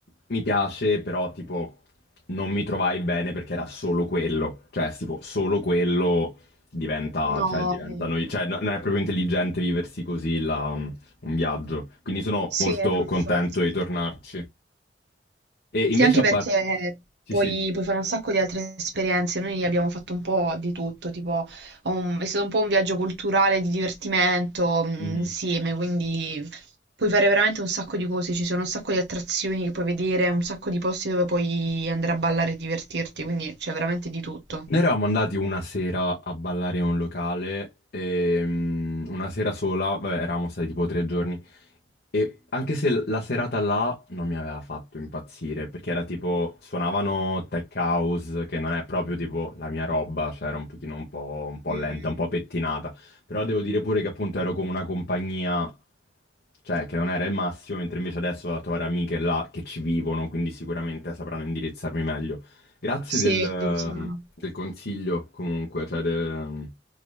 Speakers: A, on the left (about 60°); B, on the right (about 65°).
A: mi piace, però tipo non mi trovai bene perché era solo quello, cioè tipo solo quello diventa,
B: No,
A: cioè, diventa
B: no.
A: noi- cioè, no- non è proprio intelligente viversi così la- un viaggio, quindi sono
B: sì,
A: molto
B: no,
A: contento
B: infatti.
A: di tornarci. E
B: Sì,
A: invece
B: anche
A: a
B: perché
A: parte... Sì,
B: puoi,
A: sì,
B: puoi fare un sacco di altre esperienze. Noi abbiamo fatto un po' di tutto, tipo, un- è stato un po' un viaggio culturale di divertimento, mh,
A: di...
B: insieme, quindi puoi fare veramente un sacco di cose. Ci sono un sacco di attrazioni che puoi vedere, un sacco di posti dove puoi andare a ballare e divertirti, quindi c'è veramente di tutto.
A: Noi eravamo andati una sera a ballare in un locale, e, mm, una sera sola, vabbè, eravamo stati tipo tre giorni, e anche se la serata là non mi aveva fatto impazzire, perché era tipo, suonavano tech house, che non è proprio tipo la mia roba, cioè era un pochino un po', un po'
B: Mm,
A: lenta, un po' pettinata, però devo dire pure che appunto ero con una compagnia, cioè che non era il massimo, mentre invece adesso ho la tua amiche là che ci vivono, quindi sicuramente sapranno indirizzarmi meglio. Grazie
B: sì,
A: del, ehm,
B: diciamo.
A: del consiglio comunque, cioè, del-